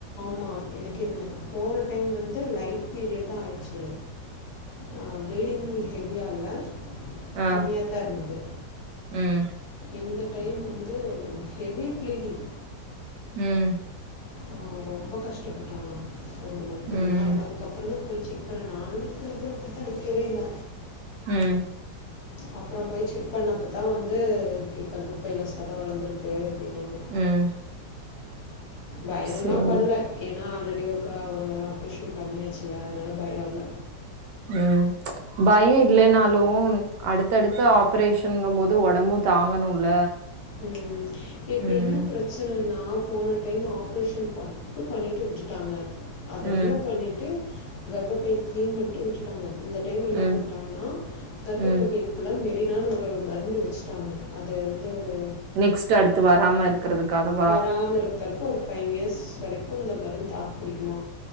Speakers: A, on the left; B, on the right.
A: மா எனக்கு என்ன போன டைம் வந்து லைட் பீரியட் தா ஆச்சு ஆ ப்ளீடிங் ஹெவியால்ல
B: ஆ
A: கம்மியாத்தாருந்தது
B: ம்
A: இந்த டைம் வந்து ஹெவி ப்ளீடிங்
B: ம்
A: நானு ரொம்ப கஷ்டப்பட்டே ஆனா ஒரு முப்பது
B: ம்
A: நாள் அதுக்கப்றோ தா போய் செக் அப்றோ நானு நிக்கு நிக்குன் பாத்தா நிக்கவேல்ல
B: ம்
A: அப்றோ போய் செக் பண்ணப்ப தா வந்து இப்டி கர்பப்பைல சத வளந்துரு க்கு அப்டினாங்க
B: ம்
A: பயோல்ல
B: சேரி
A: பட்ல ஏனா ஆல்ரெடி ஒருக்கா ஒரு ஆப்ரேஷன் பண்ணியாச்சுல அதனால பயோல்ல
B: ம் பயோ இல்லேன்னாலு அடுத்தடுத்த ஆப்ரேஷன்ங்கு போது ஒடம்பு தாங்கணுல
A: ம் இப்ப
B: ம்
A: என்ன ப்ர ச்சனன்னா போன டைம் ஆப்ரேஷன் பட்டு பண்ணிட்டு விட்டுட்டாங்க அத
B: ம்
A: ரிமூவ் பண்ணிட்டு கர்பப்பை க்ளீன் பண்ட்டு விட்டுட்டாங்க அந்த டைம் என்ன
B: ம்
A: பண்ட்டாங்கன்னா கர்ப்ப
B: ம்
A: புகைக்குள்ள மெரினான்னு ஒரு மருந்து வச்சுட்டாங்க அத வந்து ஒரு
B: நெக்ஸ்ட்டு அடுத்து வரமார் க்குறதுக்காகவு
A: வராம இருக்கற்க்கு ஒரு ஃபைவ் இயர்ஸ் வரைக்கு இந்த மருந்து தாக் புடிக்குமா